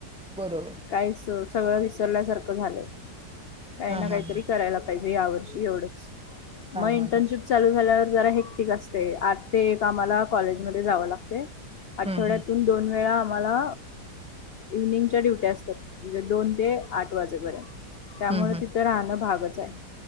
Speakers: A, in the centre; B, on the left.
A: बरोबर.
B: काय स सगळं विसरल्यासारखं झालंय. काही
A: हा
B: ना
A: हा
B: काहीतरी
A: हा
B: करायला पाहिजे. म्हंजे यावर्षी एवढंच-
A: हा
B: मग इंटर्नशिप
A: हा हा
B: चालू झाल्यावर- जरा हेक्टिक असतं. ते आठ ते एक आम्हाला कॉलेजमध्ये जावं लागतय- आठवड्यातून
A: हम्म हम्म
B: दोन वेळा- मला इव्हनिंगच्या ड्युट्या असतात म्हणजे दोन ते आठ वाजेपर्यंत. त्यामुळे
A: हम्म हम्म हम्म
B: तिथं राहणं भागच. काय -